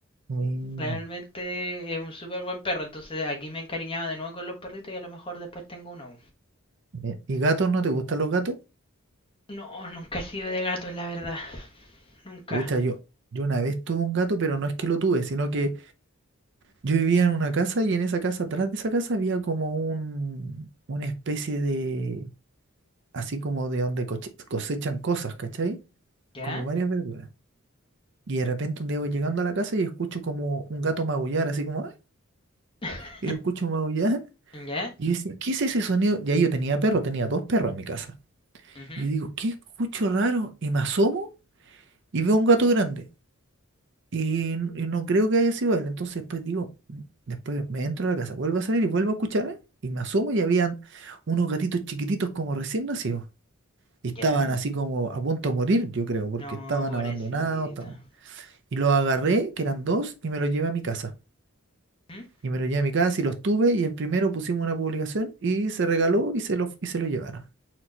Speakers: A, on the right; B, on the left.
A: Mira.
B: Realmente es un súper buen perro, entonces aquí me he encariñado de nuevo con los perritos y a lo mejor después tengo uno.
A: Mi- ¿Y gatos? ¿No te gustan los gatos?
B: No, nunca he sido de gatos, la verdad, nunca.
A: Pucha, yo, yo una vez tuve un gato, pero no es que lo tuve, sino que yo vivía en una casa y en esa casa, atrás de esa casa, había como un, una especie de, así como de donde coche- cosechan cosas, ¿cachai?
B: ¿Ya?
A: Como varias verduras. Y de repente un día voy llegando a la casa y escucho como un gato maullar, así como, "Ah",
B: <laughs>
A: y lo escucho maullar.
B: ¿Ya?
A: Y yo decía, ¿qué es ese sonido? Y ahí yo tenía perro, tenía dos perros en mi casa.
B: Ujú.
A: Y yo digo, ¿qué escucho raro? Y me asomo y veo un gato grande. Y, n- y no creo que haya sido él. Entonces después digo, "Mm". después me entro a la casa, vuelvo a salir y vuelvo a escuchar, ¿eh? Y me asomo y habían unos gatitos chiquititos como recién nacidos. Y estaban
B: ¿Ya?
A: así como a punto de morir, yo creo, porque
B: No,
A: estaban
B: pobrecita.
A: abandonados. Estaban... Y los agarré, que eran dos, y me los llevé a mi casa.
B: ¿Mm?
A: Y me lo llevé a mi casa y los tuve y el primero pusimos una publicación y se regaló y se lo, y se lo llevaron.